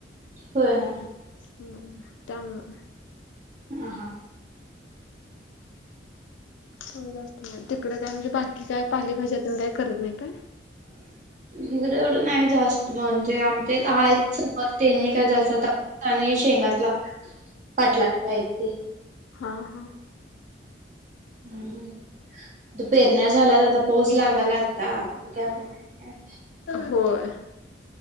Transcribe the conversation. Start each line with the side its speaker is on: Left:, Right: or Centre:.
Right: होय <unintelligible>
Left: हम्म त्यामुळं.
Right: हां हां.
Left: तेवढं जास्त नाही, तिकड काय म्हणजे बाकी काय पाले भाज्या तेन काय करत नाही काय?
Right: <inaudible> हिकडं एवढं नाही जास्त, म्हणजे आमच्या इथं आहेत समोर तेनी काय जास्त आता आणि शेंगात लावतात, पाटलांची हायत ती.
Left: हां हां.
Right: हम्म हम्म पेरण्या झाल्यात आता पाऊस लागालाय आता <unintelligible>
Left: होय,